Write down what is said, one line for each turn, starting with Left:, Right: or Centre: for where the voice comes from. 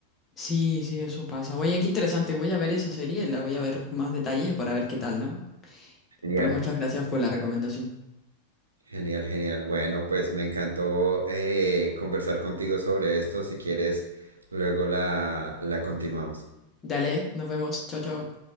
Left: Sí, sí, eso pasa. Oye, qué interesante, voy a ver esa serie, la voy a ver más detalle para ver qué tal, ¿no?
Right: Genial.
Left: Pero muchas gracias por la recomendación.
Right: Genial, genial. Bueno, pues me encantó eh, conversar contigo sobre esto. Si quieres, luego la, la continuamos.
Left: Dale, nos vemos. Chao, chao.